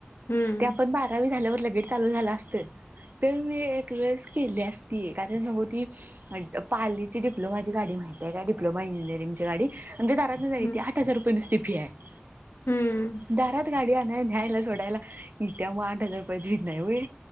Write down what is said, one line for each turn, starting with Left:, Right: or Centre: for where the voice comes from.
Left: हम्म
Right: ते आपण बारावी झाल्यावर लगेच चालू असतं तर मी. एक वेळेस केली असती कारण सांगू ती पाली ची डिप्लोमा ची गाडी माहीत का डिप्लोमा इंजीनियरिंग ची गाडी. म्हज दारात जाय
Left: हम्म
Right: ते आठ हजार रुपये नुसती फी आहे
Left: हम्म
Right: दारात गाडी आण घ्यायला सोडायला इ त्या्या मग आठ हजार रुपयेचत नाही होई.